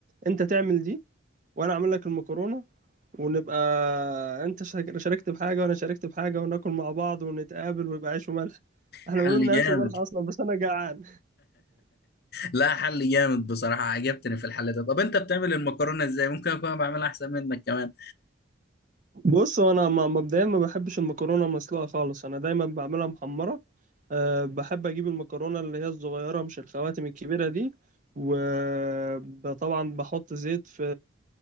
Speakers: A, on the right; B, on the left.
A: انت تعمل دي وانا اعمل لك المكرونة ونبقى انت شارك- شاركت بحاجه وانا شاركت بحاجه وناكل مع بعض ونتقابل ويبقى عيش وملح احنا
B: حل
A: ما بينا
B: جامد
A: عيش وملح اصلا بس انا جعان
B: لا حل جامد بصراحة عجبتني في الحل ده طب انت بتعمل المكرونة ازاي ممكن اكون بعملها احسن منك كمان
A: بص وانا م- مبدئيا ما بحبش المكرونه المسلوقه خالص انا دايما بعملها محمره أه بحب اجيب المكرونه اللي هي الصغيره مش الخواتم الكبيره دي وطبعا بحط زيت في